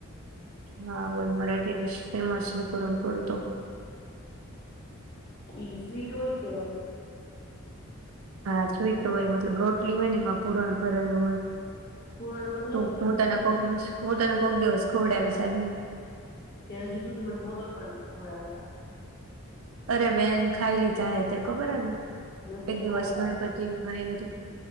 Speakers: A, on the right (about 75°); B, on the left (about 50°).
A: હા હોય મને તે ડડીશ ફેમસ હ પૂરણ પોડિ
B: એ <inaudible> વીટ હોય ક
A: હા સ્વીટ હોય મતલબ રોટલી હોય ને એમાં પુરાણ ભરેલું હોય
B: પૂરણ મતલબ
A: તું હું તને કોક દિવસ હું તને કોક દિવસ ખોડ્યા વિશારની
B: તે હજી સુધી મને મોદક પણ ન ખવડાવ્યા
A: અરે બેન ખાઈ લીધા હે તે ખબર હે ને
B: નથી
A: એક દિવસ
B: ખાધા
A: ગણપતિમાં આઇવિ તિ